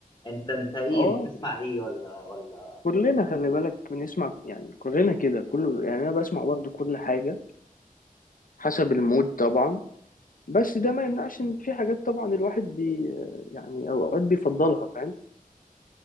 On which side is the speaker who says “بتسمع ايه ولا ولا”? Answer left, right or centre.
Left